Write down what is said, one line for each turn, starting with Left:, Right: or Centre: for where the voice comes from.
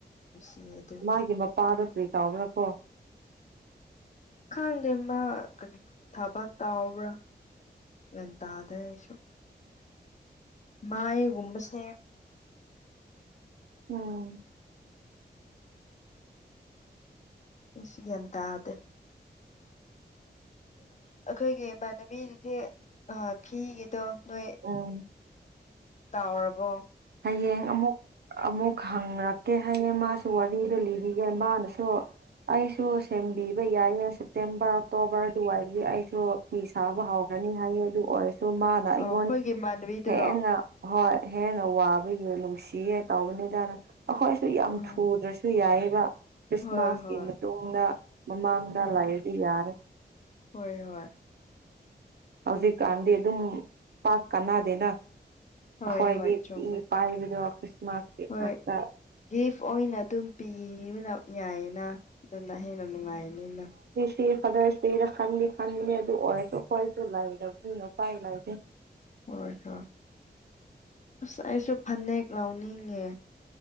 Left: ꯁꯤꯌꯦ
Right: ꯃꯥꯒꯤ ꯃꯄꯥꯗꯣ ꯀꯔꯤ ꯇꯧꯕ꯭ꯔꯥ ꯀꯣ
Left: ꯈꯪꯗꯦ ꯃꯥ ꯀꯔꯤ ꯊꯕꯛ ꯇꯥꯎꯕ꯭ꯔꯥ ꯒꯌ꯭ꯥꯟ ꯇꯥꯗꯦ ꯑꯩꯁꯨ ꯃꯥꯏꯒꯨꯝꯕꯁꯦ
Right: ꯎꯝ
Left: ꯏꯁ ꯒꯤꯌꯥꯟ ꯇꯥꯗꯦ ꯑꯩꯈꯣꯏꯒꯤ ꯏꯃꯥꯟꯅꯕꯤꯗꯨꯗꯤ ꯐꯤꯒꯤꯗꯣ ꯅꯣꯏ
Right: ꯎꯝ
Left: ꯇꯧꯔꯥꯕꯣ
Right: ꯍꯌꯦꯡ ꯑꯃꯨꯛ ꯑꯃꯨꯛ ꯈꯪꯔꯛꯀꯦ ꯍꯥꯏꯌꯦ ꯃꯥꯁꯨ ꯋꯥꯔꯤꯗ ꯂꯤꯕꯤꯒꯦ ꯃꯥꯅꯁꯨ ꯑꯩꯁꯨ ꯁꯦꯝꯕꯤꯕ ꯌꯥꯏꯌꯦ ꯁꯦꯞꯇꯦꯝꯕꯔ ꯑꯣꯛꯇꯣꯕꯔ ꯑꯗꯨꯋꯥꯏꯗꯤ ꯑꯩꯁꯨ ꯐꯤ ꯁꯥꯕ ꯍꯧꯒꯅꯤ ꯍꯥꯏꯌꯦ ꯑꯗꯨ ꯑꯣꯏꯔꯁꯨ ꯃꯥꯅꯥ ꯑꯩꯉꯣꯟ
Left: ꯑꯣ ꯑꯩꯈꯣꯏꯒꯤ ꯏꯃꯥꯟꯅꯕꯤꯗꯨꯔꯣ
Right: ꯍꯦꯟꯅ ꯍꯣꯏ ꯍꯦꯟꯅ ꯋꯥꯕꯒꯤ ꯅꯨꯡꯁꯤꯌꯦ ꯇꯥꯎꯕꯅꯤꯗꯅ ꯑꯩꯈꯣꯏꯁꯨ ꯌꯥꯝ
Left: ꯎꯝ
Right: ꯊꯨꯗ꯭ꯔꯁꯨ ꯗꯨ ꯌꯥꯏꯑꯦꯕ ꯈ꯭ꯔꯤꯁꯃꯥꯁꯀꯤ
Left: ꯍꯣꯏ ꯍꯣꯏ
Right: ꯃꯇꯨꯡꯗ ꯃꯃꯥꯡꯗ
Left: ꯎꯝ
Right: ꯂꯩꯔꯗꯤ ꯌꯥꯅꯤ
Left: ꯍꯣꯏ ꯍꯣꯏ
Right: ꯍꯧꯖꯤꯛꯀꯥꯟꯗꯤ ꯑꯗꯨꯝ ꯄꯥꯛ ꯀꯅꯗꯦꯅ
Left: ꯍꯣꯏ
Right: ꯑꯩꯍꯣꯏꯗꯤ
Left: ꯍꯣꯏ ꯆꯨꯝꯃꯦ
Right: ꯄꯥꯏꯕꯗꯣ ꯈ꯭ꯔꯤꯁꯃꯥꯁꯀꯤ
Left: ꯍꯣꯏ
Right: ꯉꯥꯛꯇꯥ
Left: ꯒꯤꯐ ꯑꯣꯏꯅ ꯑꯗꯨꯝ ꯄꯤ ꯌꯥꯏꯌꯦꯅ ꯑꯗꯨꯅ ꯍꯦꯟꯅ ꯅꯨꯡꯉꯥꯏꯅꯤꯅ
Right: ꯍꯦꯄꯤ ꯐꯥꯗꯔ ꯗꯧꯗꯗ ꯈꯟꯅꯤ ꯈꯟꯕꯅꯤ ꯑꯗꯨ ꯑꯣꯏꯔꯁꯨ ꯑꯩꯈꯣꯏꯁꯨ ꯂꯥꯏꯗꯕꯅꯤꯅ ꯎꯄꯥꯏ ꯂꯩꯇꯦ
Left: ꯍꯣꯏ ꯍꯣꯏ ꯑꯁ ꯑꯩꯁꯨ ꯐꯅꯦꯛ ꯂꯥꯎꯅꯤꯡꯉꯦ